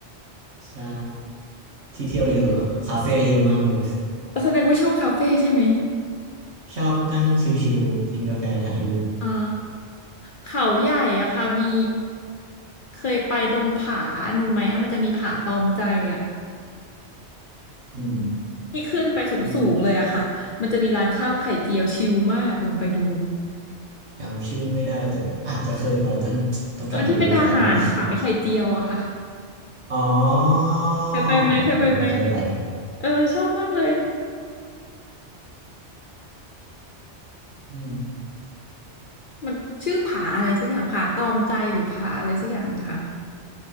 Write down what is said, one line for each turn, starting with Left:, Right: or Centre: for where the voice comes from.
Right: ใช่ ที่เที่ยวเยอะอะคาเฟ่เยอะมากเลย
Left: อ๋อแสดงว่าชอบคาเฟ่ใช่ไหม
Right: ชอบนั่งชิลๆกินกาแฟถ่ายรูป
Left: อ๋อเขาใหญ่อะค่ะมีเคยไปตรงผานู่นไหมอะมันจะมีผาตอมใจอะ
Right: อื
Left: ที่ขึ้นไปสูงสูงเลยอะค่ะมันจะมีร้านข้าวไข่เจียวชิลมากลองไปดู
Right: มจำชื่อไม่ได้แต่อาจจะเคยไปต้องต้องกลับไปดูอีกรอบละ
Left: เออที่เป็นทหารขายไข่เจียวอะค่ะ
Right: อ๋ออ๋
Left: เคยไปไหมเคยไปไหม
Right: อผมผมเคยไป
Left: เออชอบมากเลย
Right: อืม
Left: มันชื่อผาอะไรสักอย่างผาตรอมใจหรือผาอะไรสักอย่างอะค่ะ